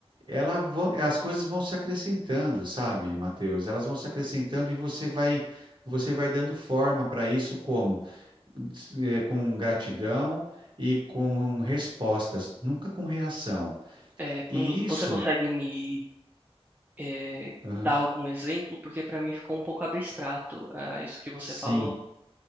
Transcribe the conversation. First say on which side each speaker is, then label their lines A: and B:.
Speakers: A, on the right (about 45°); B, on the right (about 15°).
A: ela, vo- as coisas vão se acrescentando, sabe, Mateus? Elas vão se acrescentando e você vai, você vai dando forma para isso como? Eh, Com gratidão e com respostas, nunca com reação.
B: É, quando-
A: E isso,
B: você consegue me é,
A: Aham.
B: dar algum exemplo? Porque para mim ficou um pouco abstrato, ah, isso que você
A: sim.
B: falou.